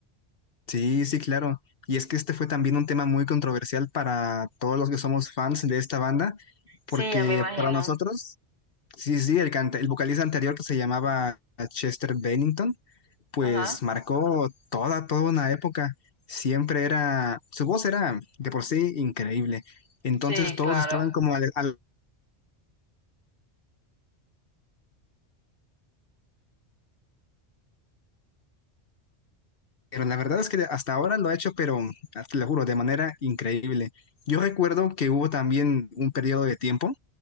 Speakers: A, on the left; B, on the right.
A: Sí, sí, claro. Y es que este fue también un tema muy controversial para todos los que somos fans de esta banda,
B: Sí,
A: porque
B: ya me Ok. imagino.
A: para nosotros... Sí, sí, el, canta- el vocalista anterior que se llamaba Chester Bennington, pues
B: Ajá.
A: marcó toda, toda una época. Siempre era, su voz era de por sí increíble. Entonces
B: Sí,
A: todos
B: claro.
A: estaban como al, al- pero la verdad es que hasta ahora lo ha hecho, pero ah, te lo juro, de manera increíble. Yo recuerdo que hubo también un periodo de tiempo